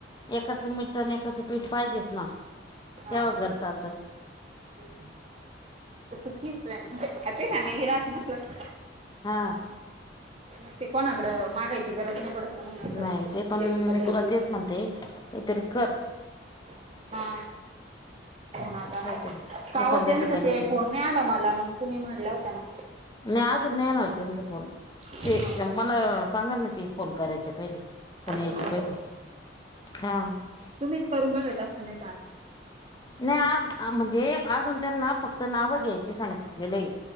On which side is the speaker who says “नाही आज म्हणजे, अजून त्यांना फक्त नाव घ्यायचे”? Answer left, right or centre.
Left